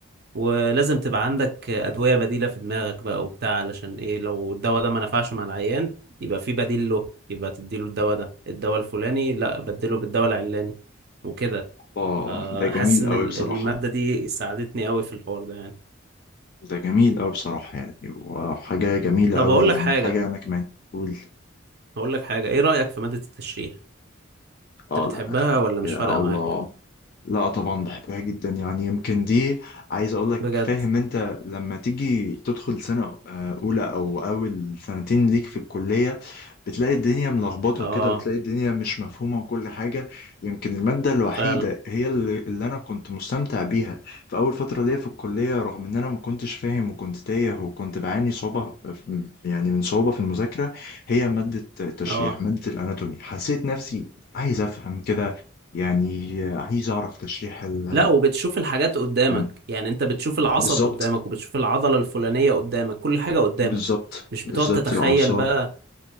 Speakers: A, on the right; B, on the left.
A: ولازم تبقى عندك أدوية بديلة في دماغك بقى وبتاع علشان ايه لو الدواء ده ما نفعش مع العيان يبقى في بديل له يبقى تديله الدواء ده الدواء الفلاني لا بدله بالدواء العلاني وكده
B: اه
A: آه،
B: ده جميل
A: حاسس ان
B: قوي
A: ال-
B: بصراحة
A: المادة دي ساعدتني قوي في الحوار ده يعني
B: ده جميل قوي بصراحة يعني وحاجة جميلة
A: طب
B: قوي
A: اقول
B: يعني
A: لك حاجة
B: حاجة انا كمان قول
A: هقول لك حاجة ايه رأيك في مادة التشريح انت
B: اه
A: بتحبها
B: الاناتومي
A: ولا مش
B: يا
A: فارقة
B: الله
A: معاك
B: لا طبعا بحبها جدا يعني يمكن دي عايز اقول لك
A: بجد
B: فاهم انت لما تيجي تدخل سنة آه، اولى او اول سنتين ليك في الكلية بتلاقي الدنيا ملخبطة
A: اه
B: كده وتلاقي الدنيا مش مفهومة وكل حاجة يمكن المادة الوحيدة
A: فعلا
B: هي اللي, اللي انا كنت مستمتع بيها في اول فترة ليا في الكلية رغم ان انا ما كنتش فاهم وكنت تايه وكنت بعاني صعوبة في- يعني من صعوبة في المذاكرة هي مادة التشريح
A: اه
B: مادة الاناتومي حسيت نفسي عايز افهم كده يعني عايز أعرف تشريح ال
A: لا وبتشوف الحاجات قدامك
B: آه،
A: يعني انت بتشوف العصب
B: بالظبط
A: قدامك وبتشوف العضلة الفلانية قدامك كل حاجة قدامك
B: بالظبط
A: مش
B: بالظبط
A: بتقعد تتخيل
B: الأعصاب
A: بقى